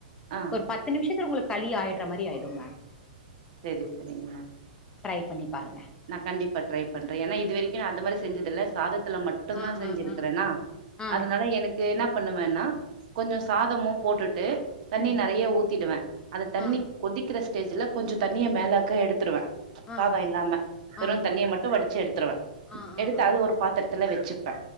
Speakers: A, on the right; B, on the left.
A: ஆ
B: ஒரு பத்து நிமிஷ த்துக்கு உங்களுக்கு களி ஆயிட்ற மாரி ஆயிடுங்க
A: செரி செரிங்க
B: ட்ரை பண்ணி பாருங்க
A: நான் கண்டிப்பா ட்ரை பண்றேன் ஏன்னா இது வரைக்கு நா அந்து மாரி செ செஞ்சதில்ல சாதத் இதுல மட்டுந்
B: ஆ
A: தான் செஞ்சிருக்கறனா
B: ஆ ஆ ஆ
A: அதனால எனக்கு என்னப் பண்ணுவேன்னா கொஞ்ச
B: ஆ
A: சாதமு போட்டுட்டு தண்ணி
B: ம்
A: நெறைய ஊத்திடுவே அத தண்ணிக்
B: ஆ
A: கொதிக்கிற ஸ் டேஜ்ல கொஞ்சொ தண்ணிய மேலாக்க எடுத்துடுவேன்
B: ஆ
A: சாதொ இல்லாம வெறுந்
B: ஆ
A: தண்ணிய மட்டு வடிச்சு எடுத்துருவே
B: ஆ ஆ
A: எடுத்து
B: ஆ
A: அது ஒரு பாத்தர் ரத்துல வச்சுப் பே